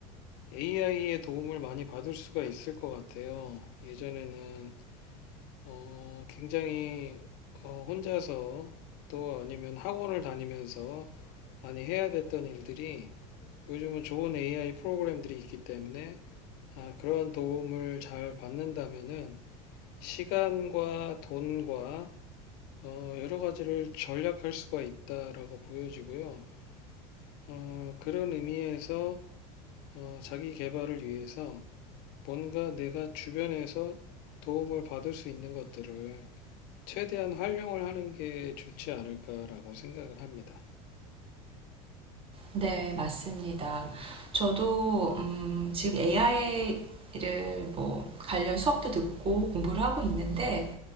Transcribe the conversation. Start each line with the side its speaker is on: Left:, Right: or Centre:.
Left: AI의 도움을 많이 받을 수가 있을 것 같아요. 예전에는 어, 굉장히 어, 혼자서 또 아니면 학원을 다니면서 많이 해야 됐던 일들이 요즘은 좋은 AI 프로그램들이 있기 때문에 아, 그런 도움을 잘 받는다면은 시간과 돈과 어, 여러 가지를 절약할 수가 있다라고 보여지고요. 어, 그런 의미에서 어, 자기 개발을 위해서 뭔가 내가 주변에서 도움을 받을 수 있는 것들을 최대한 활용을 하는 게 좋지 않을까라고 생각을 합니다.
Right: 네, 맞습니다. 저도 음, 지금 AI를 뭐 관련 수업도 듣고 공부를 하고 있는데